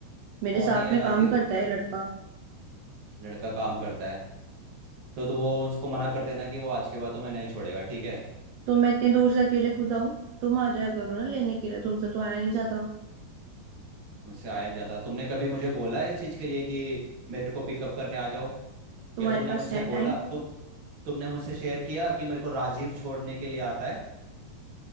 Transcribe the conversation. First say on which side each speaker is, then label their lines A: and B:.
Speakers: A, on the right (about 75°); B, on the right (about 35°).
A: मेरे
B: कौन
A: साथ
B: ही है
A: में काम
B: राजीव
A: करता है लड़का
B: लड़का काम करता है तो, तो वो उसको मना कर देना कि वो आज के बाद तुम्हें नहीं छोड़ेगा ठीक है
A: तो मैं इतनी दूर से अकेले खुद आऊं तुम आ जाया करो ना लेने के लिए तुमसे तो आया नहीं जाता
B: मुझसे आया नहीं जाता तुमने कभी मुझे बोला है इस चीज़ के लिए कि मेरे को पिकअप करने आ जाओ
A: तुम्हारे
B: या तुमने
A: पास
B: मुझसे
A: है
B: बोला
A: टाइम
B: तुम तुमने मुझसे शेयर किया कि मेरे को राजीव छोड़ने के लिए आता है